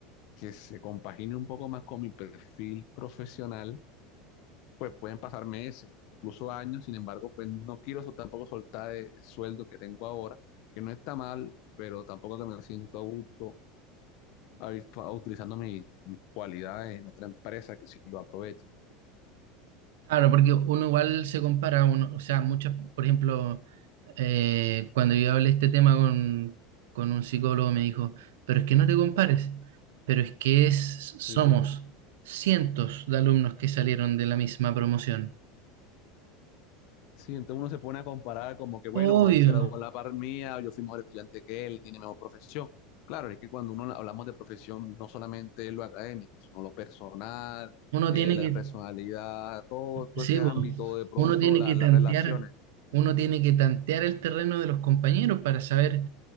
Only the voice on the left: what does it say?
que se compagine un poco más con mi perfil profesional, pues pueden pasar meses, incluso años, sin embargo, pues no quiero sol- tampoco soltar el sueldo que tengo ahora, que no está mal, pero tampoco que me siento a gusto a- a- utilizando mi- mis cualidades en otra empresa que sí lo aprovechen.
Sí, sí,
Sí, entonces uno se pone a comparar como que, bueno,
él se graduó a la par mía, yo fui mejor estudiante que él, tiene mejor profesión. Claro, es que cuando uno hablamos de profesión, no solamente es lo académico, sino lo personal,
eh,
la
personalidad, todo, todo
ese
ámbito, de pronto
la-
las
relaciones.